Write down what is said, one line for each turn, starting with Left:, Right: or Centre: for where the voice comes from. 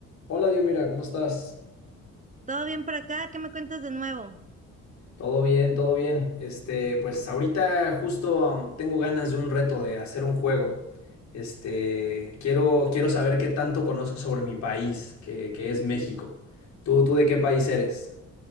Left: Hola, Dios, mira, ¿cómo estás?
Right: ¿Todo bien por acá? ¿Qué me cuentas de nuevo?
Left: Todo bien, todo bien. Este, pues ahorita justo um, tengo ganas de un reto de hacer un juego. Este, quiero, quiero saber qué tanto conozco sobre mi país, que, que es México. ¿Tú, tú de qué país eres?